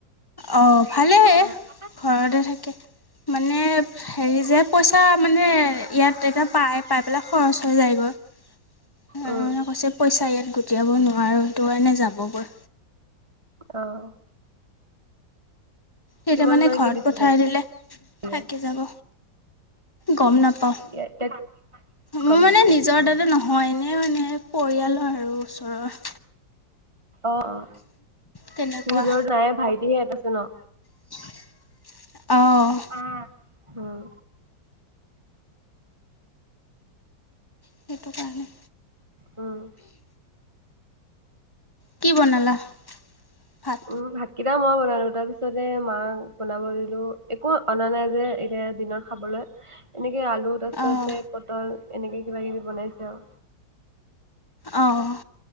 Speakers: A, on the left; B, on the right.
A: অ' ভালেই।
B: অঁ'
A: ঘৰতে থাকে। মানে হেৰি যে পইচা মানে ইয়াত এটা- পাই পাই পেলাই খৰচ হৈ যায়গৈ। মানুহজনে
B: উম
A: কৈছে পইচা ইয়াত গোটিয়াব নোৱাৰোঁ। সেইটো কাৰণে যাবগৈ।
B: অ'।
A: তেতিয়া
B: কিমান
A: মানে
B: মানকে
A: ঘৰত
B: দিছিলে
A: পঠাই দিলে থাকি
B: ইয়াত?
A: যাব। গম নাপ- পাওঁ,
B: ইয়াত
A: মোৰ
B: কম নোপোৱা
A: মানে নিজৰ দাদা
B: অ।
A: নহ- হয় এনেই মানে পৰিয়ালৰ আৰু ওচৰৰ।
B: অঁ অঁ
A: তেনেকুৱা
B: নিজৰ নায়ে ভাইটিহে এটা আছে ন।
A: অঁ'
B: অঁ' হুম।
A: সেইটো কাৰণে।
B: উম'
A: কি বনালা ভাত?
B: উম ভাতকেইটা মই বনালো, তাৰ পিছতে মাক বনাব দিলো একো অনা নাই যে এতিয়া দিনত- খাবলৈ, এনেকে আলু তাৰ পিছতে
A: অঁ
B: পটল এনেকে কিবা কিবি বনাইছে আৰু।
A: অঁ অঁ।